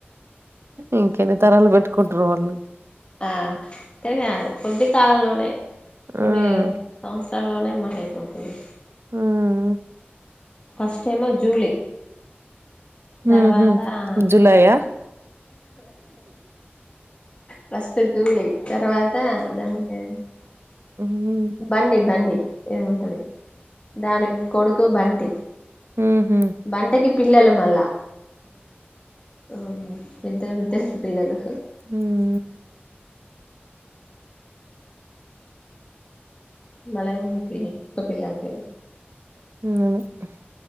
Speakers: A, on the right; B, on the left.
A: ఇంకెన్ని తరాలు పెట్టుకుంటరు వాళ్ళు
B: ఆ తెగా కొద్ది కాలంలోనే
A: హ్మ్.
B: కొన్ని సంవత్సరాల్లోనే మట్టైపోతాయ్
A: ఊ మ్
B: ఫస్ట్ ఏమో జూలీ తర్వాత
A: హుహు.
B: ఆ
A: జులాయా?
B: ఫస్ట్ జూలీ తర్వాత దాని పేరు
A: ఉ హ్ము్
B: బన్నీ బన్నీ ఏమి ఉంటది దాని కొడుకు బంటి
A: ఊహు
B: బంటికి పిల్లలు మళ్ళా అవున్లే పెద్ద పెద్దలుకి పిల్లలు
A: ఉ
B: బలె ఉంది పిల్లి కుక్క పిల్లలో
A: <unintelligible>